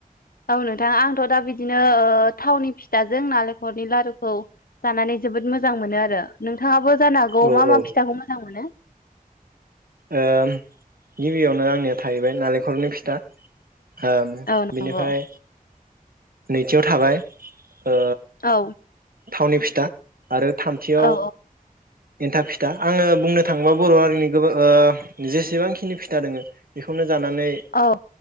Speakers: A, on the left; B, on the right.
A: औ नोंथां आंथ' दा बिदिनो थावनि फिथाजों नालेंखरनि लारुखौ जानानै जोबोद मोजां मोनो आरो नोंथाङाबो जानो हागौ
B: औ
A: मा मा
B: ओ
A: फिथाखौ मोजां मोनो?
B: ओम गिबियावनो आंनिया थाहैबाय नालेंखलनि फिथा उम
A: औ नंगौ
B: बिनिफ्राय नैथियाव थाबाय ओ
A: औ
B: थावनि फिथा आरो थामथियाव
A: औ
B: एन्थाब फिथा। आङो बुंनो थाङोबा बर' हारिनि गोबां ओ जेसेबांखिनि फिथा दोङो बेखौनो नानै
A: औ